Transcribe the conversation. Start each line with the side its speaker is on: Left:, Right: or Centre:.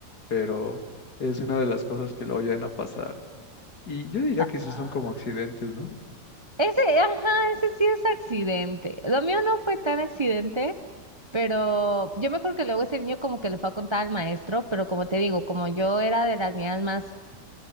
Left: Pero es una de las cosas que lo llegan a pasar. Y yo diría
Right: ah.
Left: que sí son como accidentes, ¿no?
Right: Ese, ajá, ese sí es accidente. Lo mío no fue tan accidente, pero yo me acuerdo que luego ese niño como que le fue a contar al maestro, pero como te digo, como yo era de las niñas más